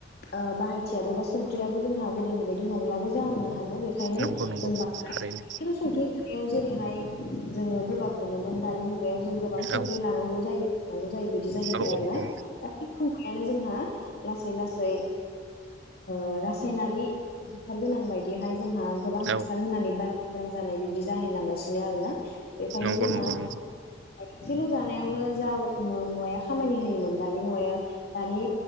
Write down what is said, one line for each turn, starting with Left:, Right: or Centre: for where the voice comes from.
Left: ओ बाहायथियाबो बा संख्रियाबो जोंहा जोंनि बायदि नंलाबो जालांनो हागौ। ओंखायनो
Right: नंगौ नंगौ
Left: जों
Right: थारैनो
Left: <inaudible> संख्रि। <unintelligible> जेरैहाय जोङो गोबाब मोनोमोन दानि मुग गायाव जों गोबां संख्रि
Right: औ
Left: लानांगौ जायो। <inaudible> जायो बिदि जाहैबाय
Right: औ
Left: आरो ना
Right: औ
Left: <inaudible> हायानो जोंहा लासै लासै ओ रासायनारि <unintelligible> गोनां बायदिहाय जोंहा गोबां
Right: औ
Left: हासार होनानै बार ग्रां जानाय बिदि जाहैलांगासिनो आरो ना बेखायनो
Right: नंगौ
Left: जोंहा
Right: नंगौ नंगौ
Left: एसेल' जानायावनो जा मु-मुवाया खामानि होयोमोन दानि मुवाया दानि